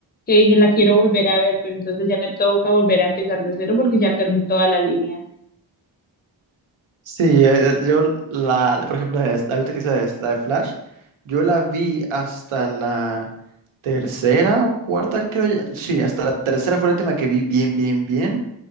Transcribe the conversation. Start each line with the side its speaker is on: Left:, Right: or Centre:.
Left: que dije, la quiero volver a ver, pero entonces ya me toca volver a empezar de cero porque ya perdí toda la línea.
Right: Sí, eh, yo la, por ejemplo, la, de- la ahorita que es la de, la de Flash, yo la vi hasta la tercera o cuarta, creo ya, sí, hasta la tercera fue la última que vi bien, bien, bien.